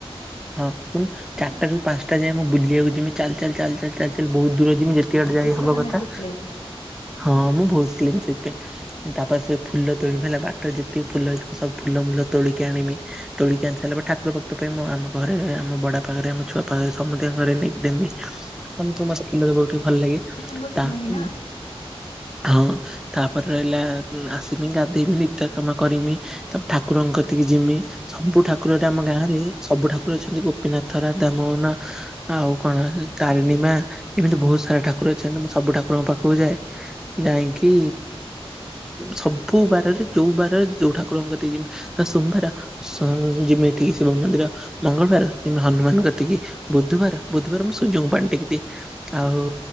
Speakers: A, in the centre; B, on the left.
A: ହଁ ଶୁଣୁ ଚାରିଟାରୁୁ ପାଞ୍ଚଟା ଯାଏ ମୁଁ ବୁଲିିବାକୁ ଯେ ଚାଲ ଚାଲ ଚାଲ ଚାଲ। ବହୁତ ଦୂରରେ ଯିବି ଯେତିକି
B: ହୁଁ,
A: ବାଟ ଯାଇ
B: ସେଥିପାଇଁ
A: ହବ
B: ତମେ
A: କଥା
B: ଏତେ ସ୍ଲିମ୍
A: ହଁ ମୁଁ ବସିଥିଲିମି ସେଥିପାଇଁ। ତାପରେ ସେ ଫୁଲ ତୋଳିବି ହେଲା। ବାଟରେ ଯେତିକି ଫୁଲ ହେଇଥିବ ସବୁ ଫୁଲ ଫୁଲ ତୋଳିକି ଆଣିବି। ତୋଳ କି ଆଣିସରିଲା ପରେ ଠାକୁର ପାଖରେ ଆମ ଘରେ, ଆମ ବଡବାପାଘରେ, ଆମ ଛୁଆବାପା ପାଖରେ ସମସ୍ତଙ୍କ ଘରେ ନେଇକି ଦେମି। ମତେ କୁମାରପୂର୍ଣ୍ଣିମାରେ ବହୁତ ଭଲ ଲାଗେ।
B: ତମେ ବହୁତ
A: ତା
B: ସ୍ନେହି ନାଁ।
A: ହଁ ତାପରେ ରହିଲା ଆସିମି ଗାଧେଇମି ନିତ୍ୟ କାମ କରିମି। ତାପରେ ଠାକୁରଙ୍କକତିକି ଜିମି। ସବୁ ଠାକୁର ଏଠି ଆମ ଗାଁ ରେ ସବୁ ଠାକୁର ଅଛନ୍ତି। ଗୋପୀନାଥ, ରାଧାମୋହନ। ଆଉ କଣ ତାରିଣୀମା ଏମିତି ବହୁତ ସାରା ଠାକୁର ଅଛନ୍ତି ମୁଁ ସବୁ ଠାକୁରଙ୍କ ପାଖକୁ। କୁଯାଏ ଯାଇକି। ସବୁ ବାରରେ ଯୋଉ ବାରରେ ଯୋଉ ଠାକୁରଙ୍କ ଯିବି। ସୋମବାର ଯିମି କି ଏଠି ଶିବ ମନ୍ଦିର ମଙ୍ଗଳବାର ଯିମି ହନୁମାନ କତିକି। ବୁଧବାର। ବୁଧବାର ମୁଁ ସୂର୍ଯ୍ୟଙ୍କୁ ପାଣି ଟେକି ଦିଏ ଆଉ